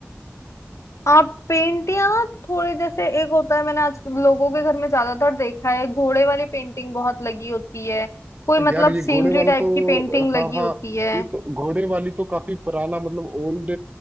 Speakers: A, on the left; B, on the right.
A: आप पेंटियां ना थोड़े जैसे एक होता है मैंने आज लोगों के घर में ज्यादातर देखा है घोड़े वाली पेंटिंग बहुत लगी होती है कोई मतलब
B: यार ये
A: सीनरी
B: घोड़े वाला
A: टाइप
B: तो
A: की पेंटिंग
B: हाँ
A: लगी
B: हाँ
A: होती है
B: ये तो घोड़े वाली तो काफी पुराना मतलब ओल्ड